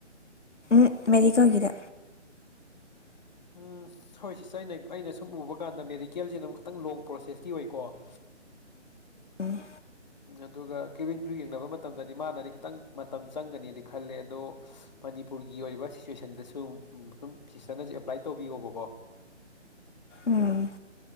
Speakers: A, on the left; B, on the left.
A: ꯎꯝ ꯃꯦꯔꯤꯒꯒꯗ
B: <inaudible> ꯎꯝ ꯍꯣꯏ ꯁꯤꯁ ꯑꯩꯅ ꯑꯩꯅ ꯁꯨꯝ ꯎꯕ ꯀꯥꯟꯗ ꯃꯦꯗꯤꯀꯦꯜꯁꯤ ꯑꯗꯨꯝ ꯈꯤꯇꯪ ꯂꯣꯡ ꯄ꯭ꯔꯣꯁꯦꯁꯀꯤꯤ ꯑꯣꯏꯀꯣ <inaudible>
A: ꯎꯝ
B: ꯑꯗꯨꯒ ꯀ꯭ꯋꯤꯡ ꯀ꯭ꯌꯨ ꯌꯦꯡꯅꯕ ꯃꯇꯝꯗꯗꯤ ꯃꯥꯅꯗꯤ ꯈꯤꯇꯪ ꯃꯇꯝ ꯆꯪꯒꯅꯤꯗꯤ ꯈꯜꯂꯦ ꯑꯗꯣ ꯃꯅꯤꯄꯨꯔꯒꯤ ꯑꯣꯏꯔꯤꯕ ꯁꯤꯆꯨꯋꯦꯁꯟꯗꯁꯨ ꯁꯝ ꯁꯤꯁꯇꯔꯅꯁꯨ ꯑꯦꯄ꯭ꯂꯥꯏ ꯇꯧꯕꯤꯌꯣꯕꯀꯣ
A: ꯎꯝ